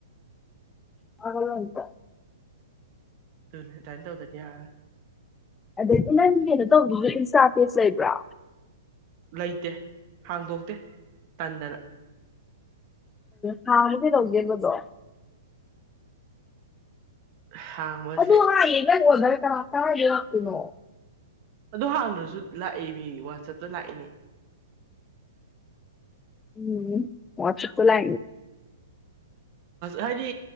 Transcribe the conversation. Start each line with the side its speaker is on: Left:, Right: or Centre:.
Left: ꯍꯥꯏꯒꯂ ꯎꯇ
Right: ꯇ ꯇꯥꯏꯅ ꯇꯧꯗꯗꯤ ꯌꯥ
Left: ꯑꯗꯩꯗꯤ ꯅꯪꯒꯤ ꯀꯩꯅꯣ ꯇꯧꯕꯒꯤ ꯏꯟꯁꯇꯥ꯭ꯔꯇꯦꯖ ꯂꯩꯕ꯭ꯔꯥ
Right: ꯂꯩꯇꯦ ꯍꯥꯡꯗꯣꯛꯇ ꯇꯟꯗꯅ
Left: ꯍꯥꯡꯕꯗꯤ ꯂꯧꯒꯦꯕꯗꯣ
Right: ꯍꯥꯡꯕꯁꯦ
Left: ꯑꯗꯨꯗ ꯍꯥ ꯌꯦꯅꯦ ꯍꯕꯔ ꯀꯅꯥ ꯇꯥꯔꯖꯥꯛꯄꯤꯅꯣ
Right: ꯑꯣ ꯍꯥꯡꯗ꯭ꯔꯁꯨ ꯂꯥꯛꯏ ꯃꯤ ꯋꯥꯆꯞꯇ ꯂꯥꯛꯏꯅꯦ
Left: ꯎꯝ ꯋꯥꯆꯛꯇ ꯂ
Right: ꯍꯥꯏꯗꯤ